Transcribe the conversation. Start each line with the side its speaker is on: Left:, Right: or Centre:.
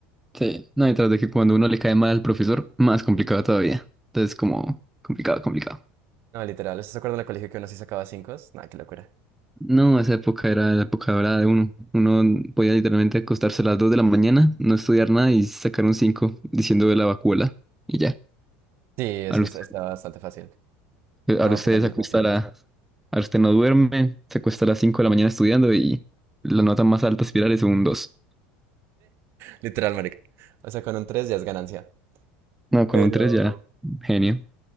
Centre: Sí. No, y tras de que cuando uno le cae mal al profesor, más complicado todavía. Entonces, como complicado, complicado.
Right: No, literal, ¿usted se acuerda en el colegio que uno sí sacaba 5? Nada, qué locura.
Centre: No, esa época era la época dorada de uno. Uno podía literalmente acostarse a las 2 de la mañana, no estudiar nada y sacar un 5, diciendo de la vacuola. Y ya.
Right: Sí, es
Centre: Ahora
Right: que
Centre: usted,
Right: está- estaba bastante fácil. No,
Centre: ahora usted
Right: pero ahorita
Centre: se acuesta
Right: bailas.
Centre: a la- ahora usted no duerme, se acuesta a las 5 de la mañana estudiando y la nota más alta espiral es un dos.
Right: Literal, marica. O sea, con un 3 ya es ganancia.
Centre: No, con
Right: Pero,
Centre: un tres ya. Genio.